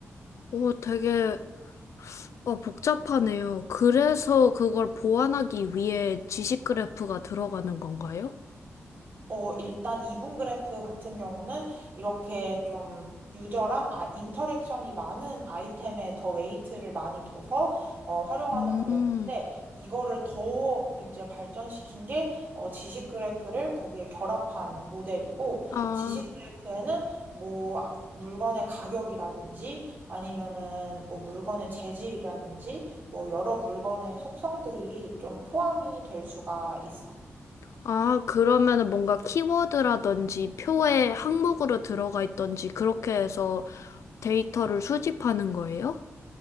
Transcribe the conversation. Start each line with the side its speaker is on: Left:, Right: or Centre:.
Left: 어, 되게, 어, 복잡하네요. 그래서 그걸 보완하기 위해 지식 그래프가 들어가는 건가요?
Right: 어, 일단 이분 그래프 같은 경우는 이렇게 좀 유저랑 아, 인터랙션이 많은 아이템에 더 웨이트를 많이 둬서 어, 활용하는
Left: 음,
Right: 그래프인데 이거를 더 이제 발전시킨 게 어, 지식 그래프를 거기에 결합한 모델이고
Left: 아.
Right: 지식 그래프에는 뭐 물건의 가격이라든지 아니면은 뭐 물건의 재질이라든지 뭐 여러 물건의 속성들이 좀 포함이 될 수가 있어.
Left: 아, 그러면은 뭔가 키워드라든지 표의 항목으로 들어가 있던지 그렇게 해서 데이터를 수집하는 거예요?